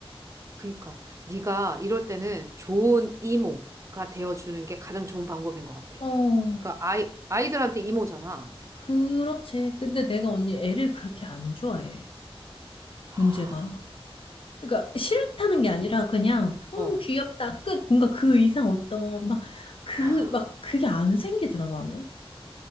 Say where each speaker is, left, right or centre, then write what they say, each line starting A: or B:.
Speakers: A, on the right; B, on the left.
A: 그러니까 네가 이럴 때는 좋은 이모가 되어주는 게 가장 좋은 방법인 것 같아.
B: 어,
A: 그러니까 아이 아이들한테 이모잖아.
B: 그렇지. 근데 내가 언니 애를 그렇게 안 좋아해.
A: 아,
B: 문제가. 그러니까 싫다는 게 아니라 그냥
A: 어,
B: 음 귀엽다 끝 뭔가 그 이상 어떤 막 그
A: 아.
B: 막 그게 안 생기더라 나는.